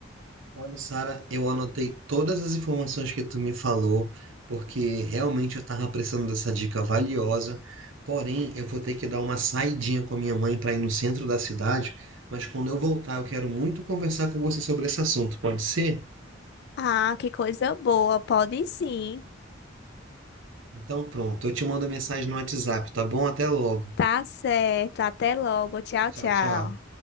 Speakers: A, on the right; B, on the left.
A: Olha, Sara, eu anotei todas as informações que tu me falou, porque realmente eu estava precisando dessa dica valiosa. Porém, eu vou ter que dar uma saidinha com a minha mãe para ir no centro da cidade, mas quando eu voltar, eu quero muito conversar com você sobre esse assunto, pode ser?
B: Ah, que coisa boa. Pode sim.
A: Então, pronto, eu te mando mensagem no WhatsApp, tá bom? Até logo.
B: Tá certo. Até logo. Tchau,
A: Tchau,
B: tchau.
A: tchau.